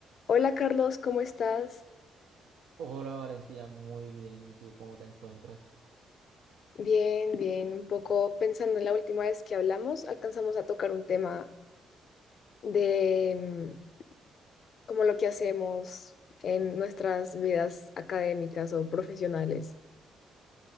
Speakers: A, on the left; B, on the right.
A: Hola Carlos, ¿cómo estás?
B: Hola Valentina, muy bien. ¿Y tú cómo te encuentras?
A: Bien, bien. Un poco pensando en la última vez que hablamos, alcanzamos a tocar un tema de mm, como lo que hacemos en nuestras vidas académicas o profesionales.